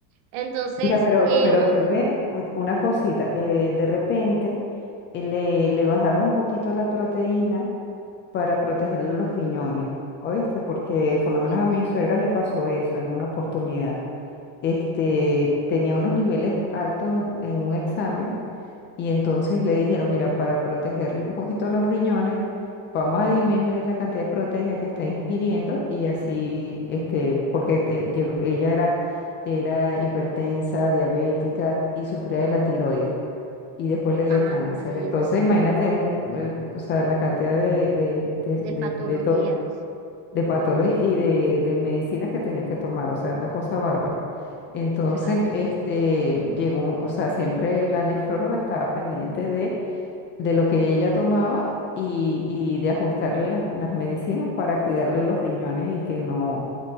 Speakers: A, on the right; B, on the left.
A: Entonces,
B: Mira, pero,
A: eh,
B: pero
A: un-
B: tal vez u- una cosita, eh, de repente eh, le, le bajaron un poquito la proteína para protegerle los riñones, ¿oíste? Porque por lo menos
A: Sí.
B: a mi suegra le pasó eso en una oportunidad este, tenía unos niveles altos en un examen y entonces le dijeron, mira, para protegerle un poquito los riñones, vamos a disminuir la cantidad de proteína que está ingiriendo y así, este, porque te- llegó- ella era, era hipertensa, diabética y sufría
A: Sí.
B: de la tiroides y después le dio
A: Ah,
B: cáncer.
A: imagínate,
B: Entonces, imagínate un, el- o sea, la cantidad de, de, de,
A: de
B: de-
A: patologías,
B: de to- de patología y de, de medicina que tenía que tomar, o sea, una cosa bárbara. Entonces,
A: claro,
B: este, llegó, un- o sea, siempre la nefróloga estaba pendiente de, de lo que ella tomaba y, y de ajustarle las, las medicinas para cuidarle los riñones y que no,